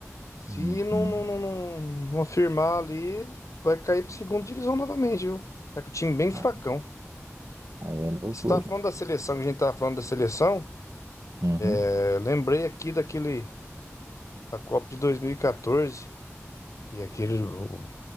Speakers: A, on the left; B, on the right.
A: Se
B: Uhum.
A: não, não, não, não, não afirmar ali, vai cair pra segunda divisão novamente, viu? Tá com o time bem fracão.
B: Aí aí é loucura.
A: Você tava falando da seleção, que a gente tava falando da seleção.
B: Uhum.
A: é, lembrei aqui daquele. Da Copa de 2014. Que aquele, o-